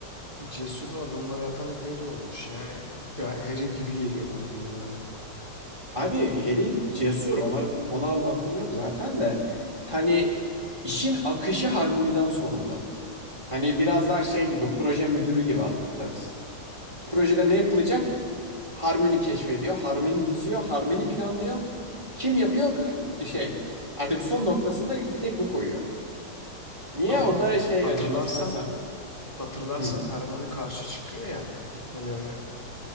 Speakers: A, on the left; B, on the right.
A: Cesur adımları atan hep Harry olmuş. Yani ya Harry gibi geliyor bana bilmiyorum.
B: abi Harry cesur ona ona lafım yok zaten de hani işin akışı harmoniden sorumlu. Hani biraz daha şey gibi proje müdürü gibi kız. Projede ne yapılacak? Harmony keşfediyor, Harmony diziyor, Harmony planlıyor. Kim yapıyor? K- Şey, artık son noktasında bir tek bu koyuyor. Niye?
A: Ama
B: O da şey
A: hatırlarsan
B: yani nasıl desem.
A: hatırlarsan
B: Hı,
A: Hermione karşı çıkıyor ya gitmelerine.